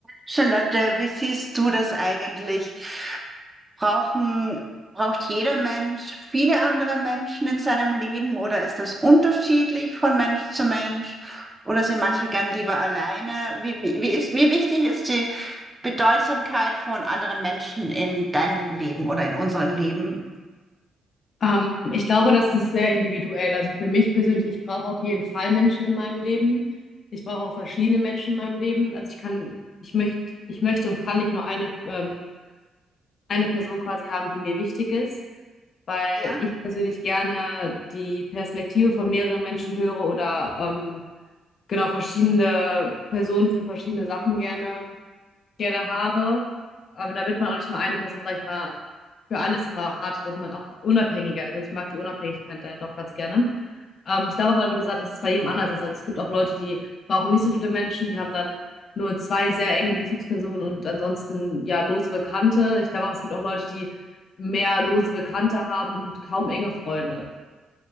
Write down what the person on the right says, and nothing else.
Charlotte, wie siehst du das eigentlich? Brauchen, braucht jeder Mensch viele andere Menschen in seinem Leben oder ist das unterschiedlich von Mensch zu Mensch? Oder sind manche gern lieber alleine? Wie, wie, wie ist, wie wichtig ist die Bedeutsamkeit von anderen Menschen in deinem Leben oder in unserem Leben?
Ja.